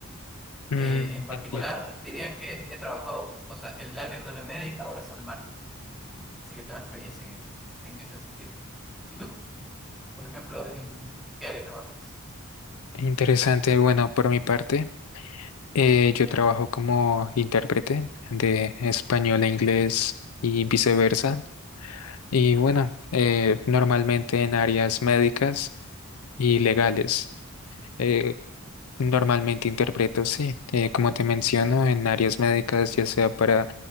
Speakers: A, on the left (about 85°); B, in the centre.
A: Mm,
B: Eh, en particular,
A: entiendo.
B: diría que he trabajado, o sea, el área donde me he dedicado es al marketing, así que tengo experiencia en ese, en ese sentido. ¿Y tú, por ejemplo, en qué área trabajas?
A: Interesante. Bueno, por mi parte, eh, yo trabajo como intérprete de español a inglés y viceversa. Y bueno, eh, normalmente en áreas médicas y legales. Eh, Normalmente interpreto, sí. Eh, como te menciono, en áreas médicas, ya sea para